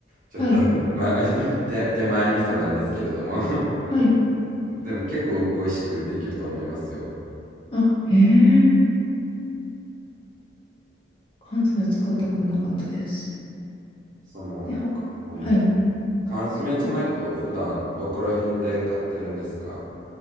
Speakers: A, on the right (about 45°); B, on the left (about 30°).
A: ちょっと
B: はい。
A: <laughs> まあ、手、手前味噌なんですけれども
B: はい。
A: <laughs> でも結構美味しくできると思いますよ。
B: あ、へえ。缶詰は使ったことなかったです。
A: その、
B: で、ほか、
A: うん。
B: はい。
A: 缶詰じゃないと普段どこら辺で買ってるんですか
B: ほ